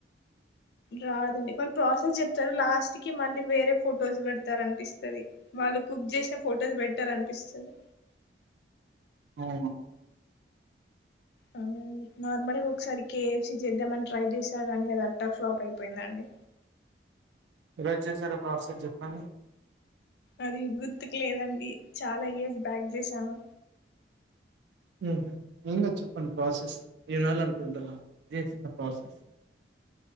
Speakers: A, on the left; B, on the right.
A: రాదండి వాళ్ళు ప్రాసెస్ చెప్తారు లాస్ట్ కి మళ్ళీ వేరే ఫొటోస్ పెడతారు అనిపిస్తుంది వాళ్ళు కుక్ చేసిన ఫొటోస్ పెట్టారు అనిపిస్తుంది
B: అవును
A: అ నార్మల్గా ఒకసారి కేఎఫ్ సి చేద్దామని ట్రై చేసా కానీ అది అట్ట ఫ్లాప్ అయిపోయిందండి
B: ఏలా చేశారో ప్రాసెస్ చెప్పండి
A: అది గుర్తుకు లేదండి చాలా ఇయర్స్ బ్యాక్ చేసాను
B: ఉమ్ ఏమ్ కాదండి చెప్పండి ప్రాసెస్ ఇనాళనుకుంటున్నా చేసిన ప్రాసెస్